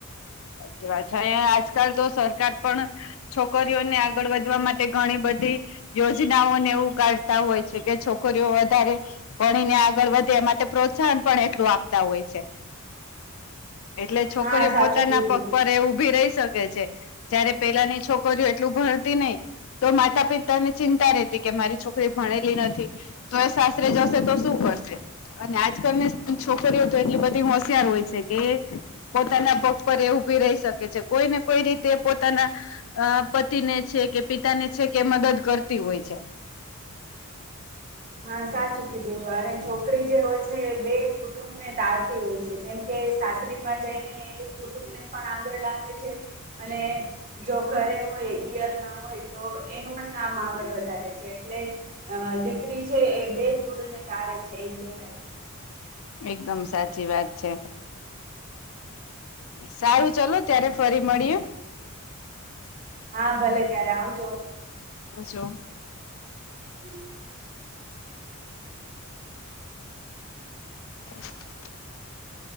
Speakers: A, on the left; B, on the right.
A: સાચી વાત છે આજકાલ તો સરકાર પણ છોકરીઓને આગળ વધી માટે ઘણી બધી યોજનાઓને એવું કાઢતા હોય છે કે છોકરીઓ વધારે ભણીને આગળ વધે એ માટે પ્રોત્સાહન પણ એટલું આપતા હોય છે એટલે છોકરીઓ
B: હા સાચું
A: પોતાના
B: કીધું
A: પગ પર ઉભી રહી શકે છે જયારે પેલાની છોકરીઓ એટલું ભણતી નહી તો માતા પિતા ને ચિંતા રહેતી કે મારી છોકરી ભણેલી નથી તો એ સાસરે જશે તો શું કરશે અને આજકાલ ને છોકરીઓ તો એટલી બધી હોશિયાર હોય છે કે પોતાના પગ પર એ ઉભી રહી શકે છે કોઈને કોઈ રીતે પોતાના અ પતિને છે કે પિતાને છે કે મદદ કરતી હોય છે
B: હા સાચું કીધું અને છોકરી જે હોય છે બે કુટુંબ ને દાળતી હોય છે જેમ કે સાસરીમાં જઈને કુટુંબ ને પણ આગળ લાવે છે અને જો ઘરે હોય પિયરમાં હોય તો એનું પણ આમ આગળ વધારે છે એટલે અ દીકરી છે એ બે કુડને તારે છે એમ કહેવાય
A: એકદમ સાચી વાત છે સારું ચાલ ત્યારે ફરી મળીએ
B: હા ભલે ત્યારે આવજો
A: હજો
B: હ
A: <inaudible>